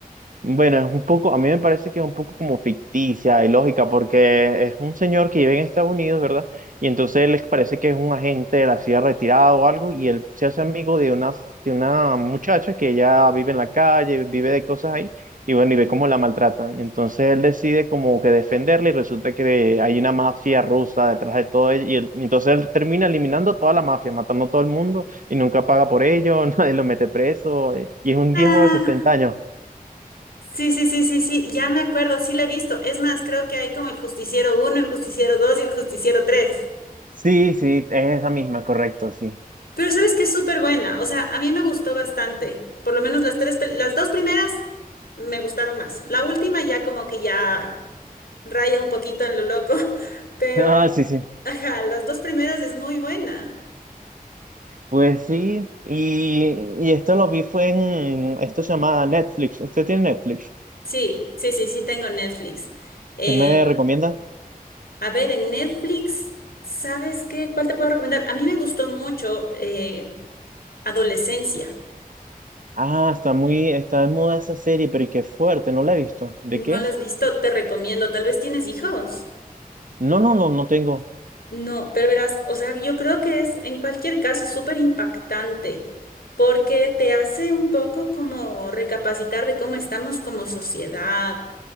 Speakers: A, on the right; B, on the left.
A: Bueno, es un poco, a mí me parece que es un poco como ficticia y lógica, porque es un señor que vive en Estados Unidos, ¿verdad? Y entonces les parece que es un agente de la CIA retirado o algo, y él se hace amigo de una, de una muchacha que ella vive en la calle, vive de cosas ahí, y bueno, y ve cómo la maltratan. Entonces él decide como que defenderla, y resulta que hay una mafia rusa detrás de todo ello, y, él- y entonces él termina eliminando toda la mafia, matando a todo el mundo, y nunca paga por ello, <laughs> nadie lo mete preso, y es un
B: Ah,
A: viejo de 60 años.
B: sí, sí, sí, sí, sí, ya me acuerdo, sí la he visto. Es más, creo que hay como el Justiciero uno, el Justiciero 2 y el Justiciero 3.
A: Sí, sí, es esa misma, correcto, sí.
B: Pero sabes que es súper buena, o sea, a mí me gustó bastante, por lo menos las tres, pel- las dos primeras me gustaron más, la última ya como que ya raya un poquito en lo loco, <laughs> pero
A: Ah, sí, sí.
B: ajá, las dos primeras es muy buena.
A: Pues sí, y, y esto lo vi fue en, esto se llama Netflix. ¿Usted tiene Netflix?
B: Sí, sí, sí, sí tengo Netflix. Eh,
A: ¿Qué me recomienda?
B: a ver, en Netflix, ¿sabes qué? ¿Cuál te puedo recomendar? A mí me gustó mucho eh, Adolescencia,
A: Ah, está muy, está de moda esa serie, pero y qué fuerte, no la he visto. ¿De
B: ¿no
A: qué
B: la
A: es?
B: has visto? Te recomiendo, tal vez tienes hijos.
A: No, no, no, no tengo.
B: No, pero verás, o sea, yo creo que es en cualquier caso súper impactante porque te hace un poco como recapacitar de cómo estamos como sociedad.